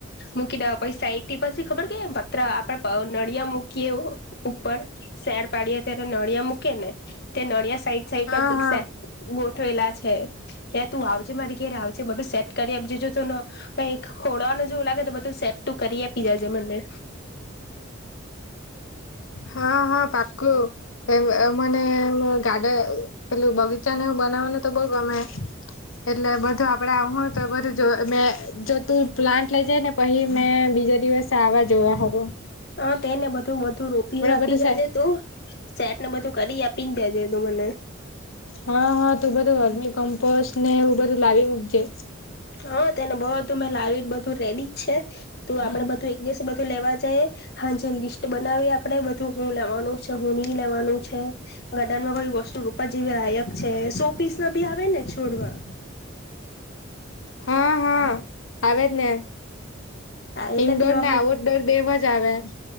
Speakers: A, on the left; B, on the left.
A: મૂકી પૈસા એઈટી પી ખબર કે પત્ર આપડે નળિયા મૂકીએ ઉપર સેર પાડીએ ત્યારેળ નળિયા મૂકે ને તે નળિયા સાઈડ સાઈડ
B: હા હા
A: ગોઠવેલા છે એ તું આવજે મારી ઘેરે આવજે બધું સેટ કરી આપજે જો ત કઈ ખોડવાનું જોવું લાગે તો બધું સેટ કરી આપી જજે મને
B: હા હા પાકું એ મ મને ગાડ પેલું બગીચાને હું બનાવાનું તો બહુ ગમે એટલે બધું આપડે હું તો બધું જો મેં જો તું પ્લાન્ટ લઈ જઈ ને પછી મેં બીજા દિવસે આવા જોવા હ
A: હ તેને બધું બધું રોપી આપી
B: બધું સે
A: જજે તું સેટને બધું કરી આપીને જજે તો મને
B: હા હા તું બધું હરમી કમ્પોસ્ટ ને એવ બધું લાવી મૂકજે
A: હા તેને બહધું મેં લાવી બધું રેડી જ છે તું આપડે
B: હમ
A: બધું એક દિવસ બધું લેવા જઈએ હા જે લિસ્ટ બનાવી આપડે બધું હું લેવાનું છે હું નહ લેવાનું છે ગાર્ડન માં કોઈ વસ્તુ રૂપ જેવી લાયક છે સો પીસ ના બી આવે ને છોડવા
B: હા હા આવે જ ને
A: એટલે
B: ઇન્ડોર
A: તેવા
B: ને આઉટડોર બે વષ જાવે